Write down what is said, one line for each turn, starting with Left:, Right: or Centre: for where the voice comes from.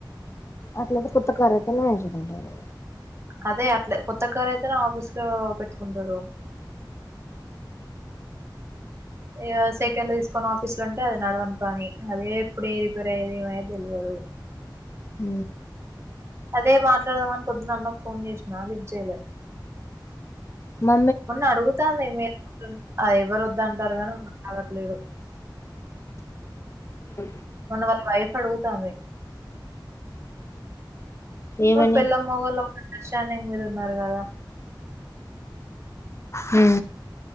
Left: అట్లాయితే కొత్త కార యితనే ఏజీకుంటంది
Right: అదే అట్లే కొత్త కారు అయితనే ఆఫీస్ లో పెట్టుకుంటారు ఇగ సెకండ్ల తీసుకొని ఆఫీస్ లో అంటే అది నడవని పని అదే ఎప్పుడు ఏ రిపేర్ అయ్యది ఏమయేది తెలువదు దు
Left: ఉ
Right: అదే మాట్లాడదామని పొద్దున అన్నకు ఫోన్ చేసినా లిఫ్ట్ చేయలే
Left: మ
Right: మొన్న అడుగుతాంది మేరి అది ఎవరు వద్ద అంటారు గాను తాగట్లేదు
Left: అ
Right: మొన్న వాళ్ళ వైఫ్ అడుగుతంది
Left: ఏమని
Right: వాళ్ళు పెళ్ళాం మొగల్లు ఒకటె స్టాండింగ్ మీద ఉన్నారు కదా
Left: ఉ